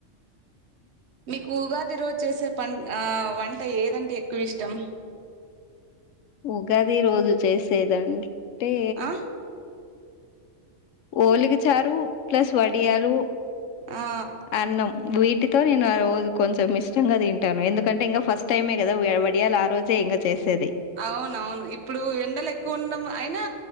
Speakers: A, on the right (about 60°); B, on the left (about 75°).
A: మీకు ఉగాది రోజ్ చేసే పంట ఆ వంట ఏదంటే ఎక్కువ ఇష్టం
B: ఉగాది రోజు చేసేద్ అంటే
A: ఆ
B: ఓలిగ చారు ప్లస్ వడియాలు
A: ఆ
B: అన్నం వీట్ టితో నేను ఆ రోజు కొంచెం ఇష్టంగా తింటాను ఎందుకంటే ఇంకా ఫస్ట్ టైమే కదా వె వడియాలి ఆ రోజు ఇంతె ఇంగ చేసేది
A: అవునవును ఇప్పుడు ఎండలెక్కువ ఉండం అయినా